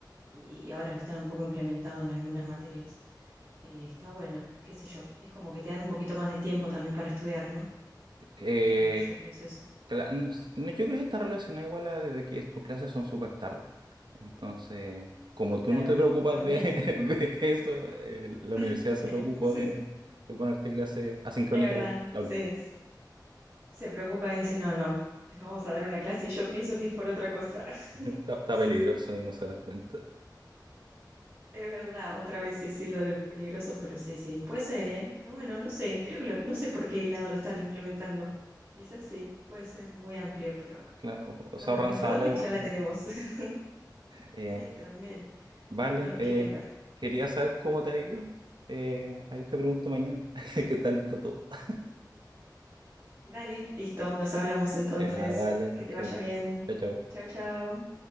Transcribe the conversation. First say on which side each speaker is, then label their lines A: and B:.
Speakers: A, on the right (about 30°); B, on the right (about 80°).
A: y ahora lo están un poco implementado en algunas materias. Eh, está bueno, qué sé yo. Es como que te dan un poquito más de tiempo también para estudiar, ¿no?
B: Eh,
A: Al menos yo pienso eso.
B: Cla- no sé, no, yo creo que está relacionado igual a de que tus clases son súper tarde. Entonces, como tú
A: Claro,
B: no te preocupas
A: también.
B: de, <laughs> de eso, eh, la
A: <laughs>
B: universidad se preocupó
A: Sí,
B: de, de ponerte clases asincrónicas
A: es verdad,
B: la la
A: sí.
B: última.
A: Se preocupa y dice, no, no, les vamos a dar una clase y yo pienso que es por otra cosa.
B: <laughs>
A: <laughs>
B: Está, está
A: Sí.
B: peligroso y no se dan cuenta.
A: Es verdad, otra vez sí, sí, lo del peligroso, pero sí, sí. Puede ser, ¿eh? Pero bueno, no sé, creo que lo- no sé por qué lado lo están implementando. Quizás sí, puede ser muy amplio, pero,
B: Claro, o
A: pero
B: se
A: bueno,
B: ahorran
A: lo importante
B: sala
A: es
B: igual.
A: que ya la tenemos.
B: así que,
A: <laughs>
B: eh,
A: Sí, también,
B: vale,
A: no nos
B: eh,
A: quieren ver.
B: quería saber cómo te ha ido. Eh, ahí te pregunto mañana. <laughs> ¿Qué tal está todo? <laughs>
A: Dale, listo, nos hablamos entonces.
B: Eh, ah, vale,
A: Que te
B: chao,
A: vaya bien.
B: chao, chao.
A: Chao, chao.